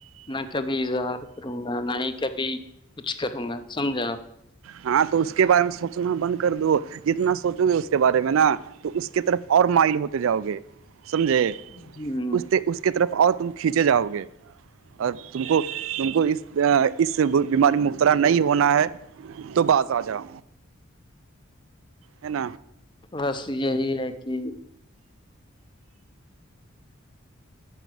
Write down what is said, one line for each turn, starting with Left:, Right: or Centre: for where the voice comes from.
Left: نہ کبھی اظہار کروں گا نہ ہی کبھی کچھ کروں گا سمجھاپ
Right: ہاں تو اس کے بارے میں سوچنا بند کر دو جتنا سوچو گے اس کے بارے میں نا تو اس کی طرف اور مائل ہوتے جاؤ گے سمجھے
Left: ہوں
Right: اس اس کی طرف اور تم کھینچے جاؤ گے اور تم کو تم کو اس اس سے بیماری میں مبتلا نہیں ہونا ہے تو باس آ جاؤ ہے ن
Left: بس یہی ہے کہ